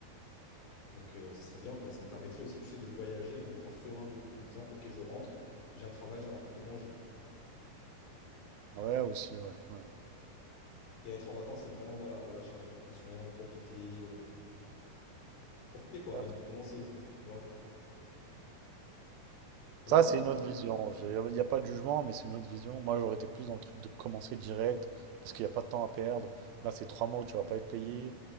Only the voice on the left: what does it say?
Donc euh, ça serait bien quoi. Ça me permettrait aussi, tu sais, de voyager en étant serein de ouf, en me disant, ok, je rentre, j'ai un travail, j'ai un appartement, j'ai tout.
Et être en vacances, c'est vraiment, voilà, relâcher un peu la pression, profiter, euh, profiter quoi, avant
de commencer. Tu vois? Comment?